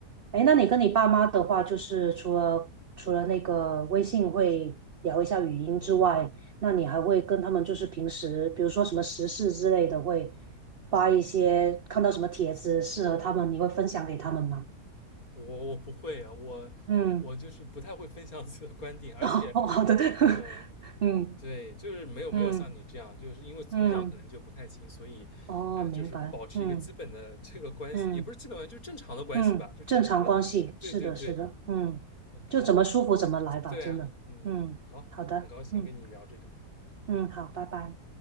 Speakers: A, on the right; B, on the left.
A: 哎，那你跟你爸妈的话，就是除了除了那个微信会聊一下语音之外，
B: 嗯，
A: 那你还会跟他们就是平时，比如说什么时事之类的，会发一些看到什么帖子适合他们，你会分享给他们吗？
B: 我我不会啊，我我就是不太会分享自己的观点，
A: 嗯，<laughs>
B: 而且，
A: 哦，好的，<laughs>
B: 呃
A: 嗯
B: 对，就是没有没有像你这样，
A: 嗯
B: 就是因为从小可能就不太亲，
A: 嗯，
B: 所以，
A: 哦，
B: 呃，
A: 明白，
B: 就是保持一个基本的这个关系，
A: 嗯嗯
B: 也不是基本关系，就正常的关系吧，
A: 嗯，
B: 就正常的。
A: 正常关系，
B: 对对对，
A: 是的，是的，嗯，
B: 嗯，OK，
A: 就怎么舒服怎么来吧，
B: 对啊，
A: 真的，
B: 嗯，
A: 嗯，
B: 好，
A: 好的，
B: 很高兴跟你聊这个，
A: 嗯
B: 嗯。
A: 嗯，好，拜拜。